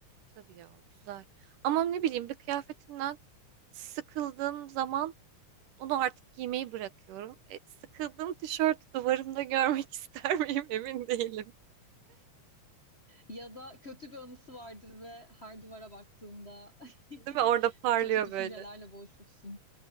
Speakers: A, on the right (about 85°); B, on the left (about 35°).
A: Tabii ya güzel. Ama ne bileyim bir kıyafetimden sıkıldığım zaman Onu artık giymeyi bırakıyorum. E, sıkıldığım tişörtü duvarımda görmek <laughs> ister miyim emin değilim.
B: Ya da kötü bir anısı vardır ve her duvara baktığında
A: Değil
B: <laughs>
A: mi? Orada parlıyor
B: kötü düşüncelerle
A: böyle.
B: boğuşursun.